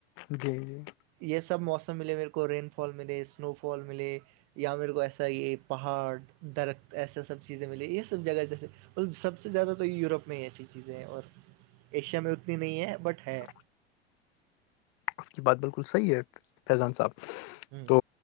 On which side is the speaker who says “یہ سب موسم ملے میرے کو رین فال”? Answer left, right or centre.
Right